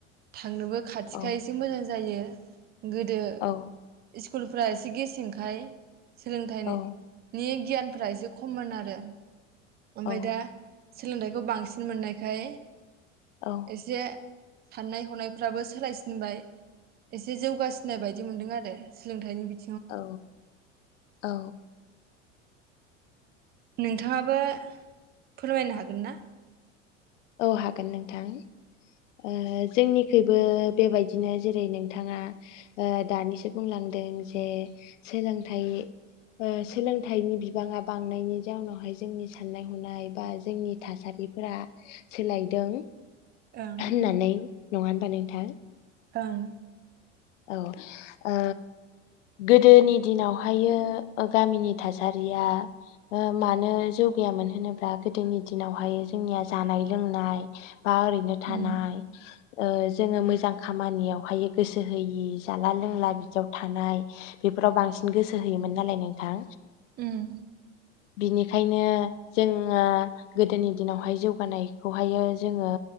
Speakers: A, on the right; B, on the left.
A: थांनोबो खाथिखा
B: औ
A: एसे मोजां जायो गोदो
B: औ
A: स्कुलफ्रा एसे गेसेंखाय सोलोंथाइनि
B: औ
A: नि गियानफोरा एसे खममोन आरो ओमफाय
B: औ
A: दा सोलोंथाइखौ बांसिन मोननायखाय
B: औ
A: एसे साननाय हनायफ्राबो सोलायसिनबाय एसे जौगासिनाय बायदि मोनदों आरो सोलोंथाइनि बिथ
B: औ औ
A: नोंथाङाबो फोरमायनो हागोन ना?
B: औ हागोन नोंथां ओ जोंनिखैबो बेबायदिनो जेरै नोंथाङा दानिसो ओ बुंलांदों जे सोलोंथाइ ऐ सोलोंथाइनि बिबाङा बांनायनि जाउनावहाय जोंनि साननाय हनाय बा जोंनि थासारिफोरा सोलायदों
A: ओं
B: होननानैै नङा होनबा नोंथां
A: ओं
B: औ ओ गोदोनि दिनावहायो गामिनि थासारिया ओ मानो जौगायामोन होनोब्ला गोदोनि दिनावहाय जोंनिया जानाय लोंनाय बा ओरैनो थानाय
A: उम
B: ओ जोङो मोजां खामानियावहाय गोसो गोसो होयि जाला लोंला बिदियाव थानाय बेफोराव बांसिन गोसो होयोमोन नालाय नोंथां।
A: उम।
B: बिनिखायनो जोङा गोदोनि दिनावहाय जौगानायखौहायो जोङो